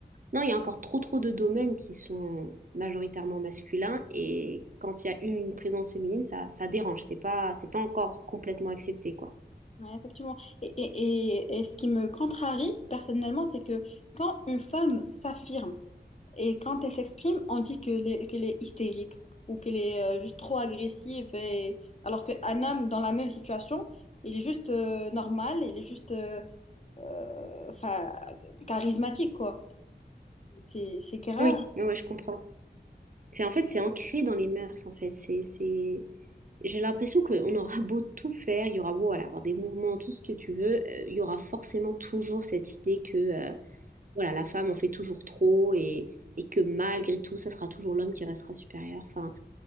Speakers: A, on the right; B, on the left.
A: Non, il y a encore trop trop de domaines qui sont majoritairement masculins et quand il y a une présence féminine, ça, ça dérange, c'est pas, c'est pas encore complètement accepté, quoi.
B: Ouais, effectivement. Et, et, et, et ce qui me contrarie personnellement, c'est que quand une femme s'affirme et quand elle s'exprime, on dit que les- qu'elle est hystérique ou qu'elle est euh, juste trop agressive. Et... Alors qu'un homme dans la même situation, il est juste euh, normal, il est juste euh, euh, enfin, charismatique, quoi. C'est, c'est grave.
A: Oui, oui, ouais, je comprends. C'est en fait, c'est ancré dans les mœurs, en fait. C'est, c'est... J'ai l'impression qu'on aura <laughs> beau tout faire, il y aura beau voilà, avoir des mouvements, tout ce que tu veux, euh, il y aura forcément toujours cette idée que euh, voilà, la femme en fait toujours trop et, et que malgré tout, ça sera toujours l'homme qui restera supérieur. Enfin,